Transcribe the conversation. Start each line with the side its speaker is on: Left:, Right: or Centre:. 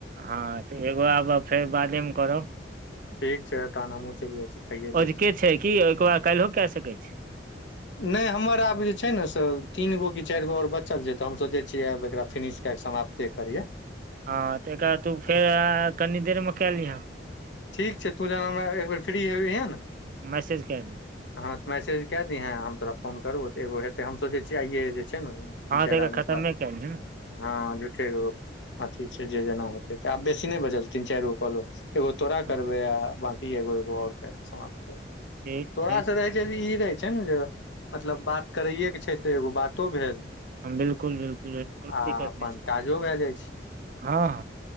Right: हँ तऽ एगो आब फेर बादेमे करब
Left: ठीक छै तहन हमहुँ चलि जाइ छी खाइये लै
Right: अजुके
Left: छी
Right: छै कि ओहिकेाद काल्हियो केय सकैत छै
Left: <inaudible> नहि हमर आब जे छै न से तीन गो कि चारि गो आओर बचल छै तऽ हम सोचै छियै आब एकरा फिनिश कए कऽ समाप्त ते करियै
Right: हँ तेकरा तू फेर कनी देर म कैय लिहन
Left: ठीक छै तू जना हमरा एकबार फ्री हेबहै न
Right: मैसेज कए दे
Left: हँ तऽ मैसेज कए दहें हम तोरा फोन करब तऽ एगोे हेतै तऽ हम सोचै छियै आइे जे छै ने तीन
Right: हँ
Left: चारि
Right: तऽ एकर
Left: आदमी
Right: खतमे
Left: से बात
Right: कए लिहऽ ने
Left: हँ झुठे कऽ ओ अथी छै जे जेना होतै त आब बेसी नहि बचल तीन चार गो कल लेब एगो तोरा
Right: हँ
Left: करबे आ बंकी एगो एगो और केय क समाप्त कर ले
Right: ठीक
Left: तोरासँ
Right: ठीक
Left: रहै छै तऽ ई रहै छै ने जे मतलब बात करैएके छै तऽ एगो बातो भेल
Right: बिलकुल बिलकुल बिलकुल
Left: आ
Right: कथि
Left: अपन
Right: छै
Left: काजो भए जाइ छै
Right: हँ